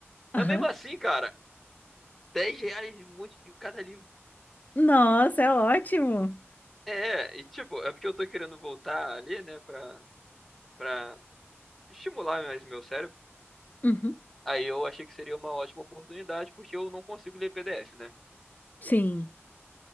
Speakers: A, in the centre; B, on the left.
A: Mas
B: Aham.
A: mesmo assim, cara, 10 reais um monte de cada livro.
B: Nossa, é ótimo.
A: É, e tipo, é porque eu tô querendo voltar ali, né, pra, pra estimular mais o meu cérebro.
B: Uhum.
A: Aí eu achei que seria uma ótima oportunidade, porque eu não consigo ler PDF, né?
B: Sim.